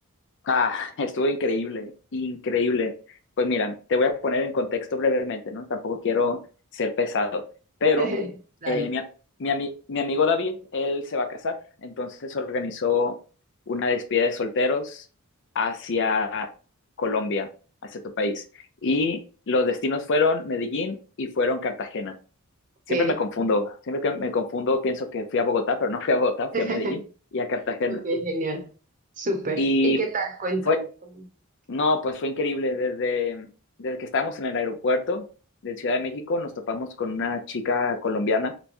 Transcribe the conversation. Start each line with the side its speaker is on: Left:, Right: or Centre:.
Left: Ah, <laughs> estuvo increíble, increíble. Pues mira, te voy a poner en contexto brevemente, ¿no? Tampoco quiero ser pesado, pero
Right: <laughs> Dale.
Left: eh, mi, a- mi, ami- mi amigo David, él se va a casar, entonces organizó una despedida de solteros hacia Colombia, hacia tu país. Y los destinos fueron Medellín y fueron Cartagena.
Right: Ok.
Left: siempre me confundo, siempre que me confundo pienso que fui a Bogotá, pero no fui a Bogotá, fui
Right: <laughs>
Left: a Medellín y a Cartagena.
Right: Ok, genial. Súper.
Left: Y
Right: ¿Y qué tal? Cuéntame.
Left: fue
Right: cómo-
Left: no, pues fue increíble. Desde, desde que estábamos en el aeropuerto de Ciudad de México, nos topamos con una chica colombiana